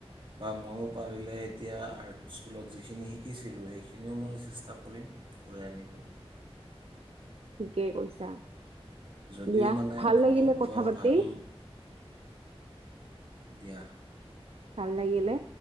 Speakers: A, on the right; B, on the right.
A: বা ময়ো পাৰিলে এতিয়া আৰ্ট স্কুলত যিখিনি শিকিছিলোঁ সেইখিনিও মই চেষ্টা কৰিম ঘূৰাই আনিব৷
B: ঠিকেই কৈছা৷
A: যদিও
B: দিয়া
A: মানে
B: ভাল লাগিলে
A: ভৰ
B: কথা
A: বৰ
B: পাতি
A: ভাল দিয়া
B: ভাল লাগিলে